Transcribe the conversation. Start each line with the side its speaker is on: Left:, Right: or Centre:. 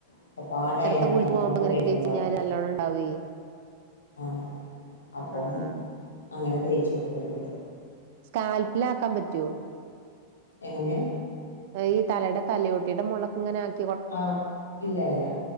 Left: അപ്പൊ പാടായാണ്ട്
Right: നേരത്തെ കുളിച്ച്
Left: നല്ലോണം
Right: പോകുമ്പോ ഇങ്ങനെ
Left: പ്യാനുണ്ടാവും
Right: തേച്ച് കഴിഞ്ഞാല് നല്ലോണം ഉണ്ടാവേ
Left: ആഹ അപ്പം
Right: ആഹ്
Left: അങ്ങനെ തേയ്ച്ച കൊടുക്കറുണ്ട്
Right: സ്കാൽപ്പിൽ ആാക്കാൻ പറ്റുവോ
Left: എങ്ങനെയാ
Right: ഈ തലയുടെ തലയോട്ടിയുടെ മുളക്ക ഇങ്ങനെ ആക്കി
Left: ആഹ് ഇല്ല ഇല്ല